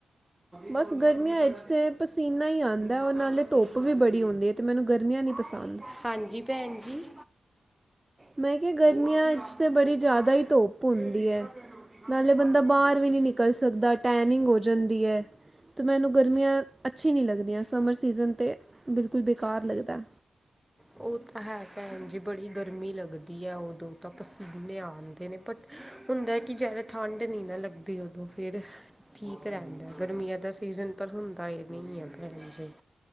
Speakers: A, on the right; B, in the centre.
A: ਬਸ ਗਰਮੀਆਂ ਵਿੱਚ ਤੇ, ਪਸੀਨਾ ਹੀ ਆਦਾ ਔ ਨਾਲੇ ਧੁੱਪ, ਵੀ ਬੜੀ ਹੁੰਦੀ ਹੈ ਤੇ ਮੈਨੂੰ, ਗਰਮੀਆਂ ਨਹੀਂ ਪਸੰਦ
B: ਹਾਂਜੀ, ਭੈਣ ਜੀ।
A: ਮੈਂ ਕਿਹਾ, ਗਰਮੀਆਂ ਵਿੱਚ ਤਾਂ ਬੜੀ ਜ਼ਿਆਦਾ ਈ, ਧੁੱਪ ਹੁੰਦੀ ਐ ਨਾਲੇ ਬੰਦਾ ਬਾਹਰ ਵੀ ਨਹੀਂ, ਨਿਕਲ ਸਕਦਾ, ਟੈਨਿੰਗ ਹੋ ਜਾਂਦੀ ਏ ਤੇ ਮੈਨੂੰ, ਗਰਮੀਆਂ ਅੱਛੀ ਨਹੀਂ ਲੱਗਦੀਆਂ, ਸਮਰ ਸੀਜ਼ਨ 'ਤੇ, ਬਿਲਕੁਲ ਬੇਕਾਰ ਲੱਗਦਾ
B: ਉਹ ਤਾਂ ਹੈ ਭੈਣ ਜੀ, ਬੜੀ ਗਰਮੀ ਲੱਗਦੀ ਹੈ ਉਦੋਂ ਤਾਂ, ਪਸੀਨੇ ਆਉਂਦੇ ਨੇ ਬਟ ਹੁੰਦਾ ਕਿ, ਜਿਆਦਾ ਠੰਢ ਨਈ ਨਾ, ਲੱਗਦੀ ਉਦੋਂ ਫੇਰ ਠੀਕ ਰਹਿੰਦਾ, ਗਰਮੀਆਂ ਦਾ ਸੀਜ਼ਨ, ਪਰ ਹੁੰਦਾ ਇਹ ਨਹੀਂ ਹੈ ਭੈਣਜੀ।